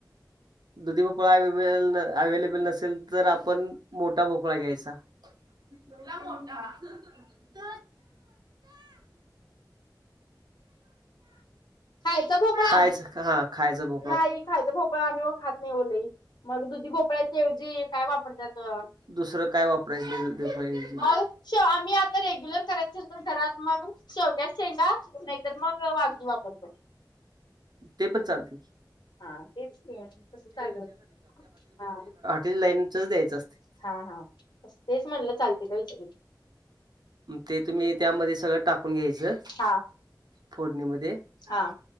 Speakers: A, on the right; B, on the left.
A: दुधी भोपळा यई वेल अवेलेबल नसेल- तर आपण मोठा भोपळा घ्यायचा. केवढा मोठा? द
B: खायचा भोपळा?
A: खायचा हा. खायच भोप -
B: नाही खायचा भोपळा आम्ही ओ खात नाही लई. मग दुधी भोपळ्याच्या ऐव- -जी काय वापरत्यात?
A: दुसरं काय वापरायचं नाही दुधी भोपळ्याऐवजी. मग
B: माई <unintelligible> आम्ही आता रेग्युलर- करायच तर घरात मग, शेवग्याच्या शेंगा नाहीतर मग <unintelligible> वापरतो.
A: ते पण चालते.
B: हा. तेच कि. कस चालू ए? हा.
A: ते लाईनच द्यायचं असतए.
B: हा हा. तेच म्हटलं चालते का विचारू.
A: ते तुम्ही त्यामध्ये सगळं टाकून घ्यायचं.
B: हा
A: फोडणीमध्ये, हां.
B: हा